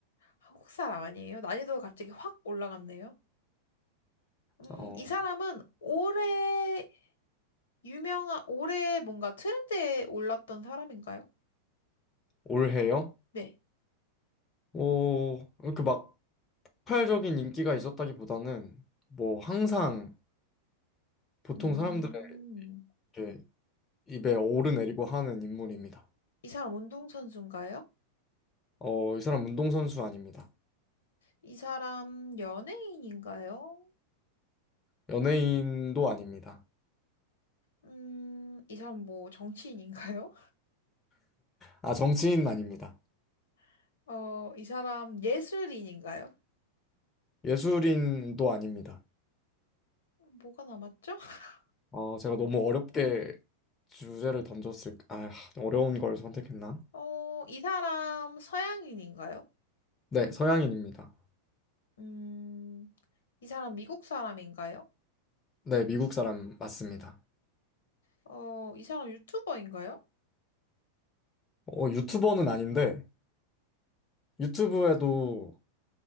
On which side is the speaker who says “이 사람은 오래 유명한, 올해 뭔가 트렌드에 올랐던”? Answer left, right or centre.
Left